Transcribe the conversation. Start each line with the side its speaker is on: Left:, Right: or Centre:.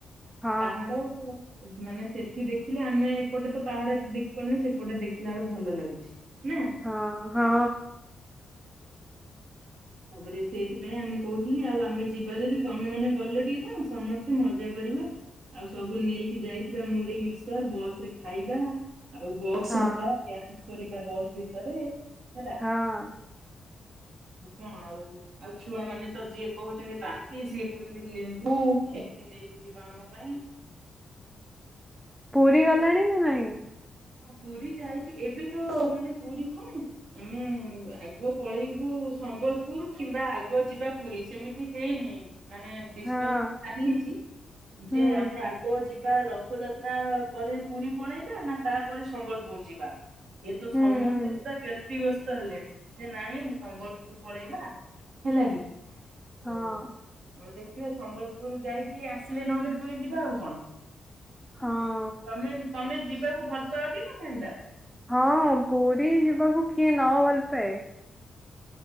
Centre: ହଁ
Right: ପାହାଡ ମାନେ ସେଠି ଦେଖିଲେ ଆମେ ଏପଟେ ତ ପାହାଡ ଦେ ଦେଖିପାରୁନୁ। ସେପଟେ ଦେଖିଲା ବେଳକୁ ଭଲ ଲାଗୁଚି ନା।
Centre: ହଁ ହଁ।
Right: ତାପରେ ସେଇଥିପାଇଁ ଆ ମୁଁ କହୁଥିଲି ଆଉ ଆମେ ଯିବା ଯଦି ତମେ ମାନେ ଗଲେ ଟିକେ କଣ ସମସ୍ତେ ମଜା କରିବା। ଆଉ ସବୁ ନେଇକି ଯାଇଥିବା ମୁଡି ମିକ୍ସଚର ବସ୍ ରେ ଖାଇବା। ଆଉ ବକ୍ସ
Centre: ହଁ
Right: ନବା ଡ୍ୟାନ୍ସ କରିବା ବସ୍ ଭିତରେ ହେଲା।
Centre: ହଁ
Right: ଆଉ କଣ ଆଉ, ଆଉ ଛୁଆମାନେ ତ ଯି କହୁଛନ୍ତି ବାନ୍ତି ସିଏ କହୁଛନ୍ତି ଲେମ୍ବୁ, ଏମତି ନେଇକି ଯିବା ଆମପାଇଁ।
Centre: ପୁରୀ ଗଲେଣି ନା ନାଇଁ?
Right: ପୁରୀ ଯାଇଚୁ ଏବେ ତ ମାନେ ପୁରୀ କଣ ମୁଁ ଆଗ ପଳେଇବୁ ସମ୍ବଲପୁର କିମ୍ବା ଆଗ ଯିବା ପୁରୀ ସେମିତି ହେଇନି। ମାନେ ଡିସ୍କକସନ
Centre: ହଁ
Right: ଚାଲିଚି
Centre: ହୁଁ
Right: ଯେ ଆମେ ଆଗ ଯି ବା ରଥଯାତ୍ରା ପରେ ପୁରୀ ପଳେଇବା ନା ତାପରେ ସମ୍ବଲପୁର ଯିବା। ଇଏ ତ
Centre: ହୁଁ
Right: ସମସ୍ତେ
Centre: ହୁଁ
Right: ପୁରା ବ୍ୟତିବ୍ୟସ୍ତ ହେଲେଣି। ଯେ ନାଇଁ ସମ୍ବଲପୁର ପଳେଇବା ହେଲା କି।
Centre: ହଁ
Right: ଆଉ ଦେଖିବା ସମ୍ବଲପୁର ଯାଇକି ଆସିଲେ ନହଲେ ପୁରୀ ଯିବା ଆଉ କଣ।
Centre: ହଁ।
Right: ତମେ ତମେ ଯିବାକୁ ଭଲ ପାଅ ଟି ନା ନାଇବା।
Centre: ହଁ ପୁରୀ ଯିବାକୁ କିଏ ନ ଭଲ ପାଏ।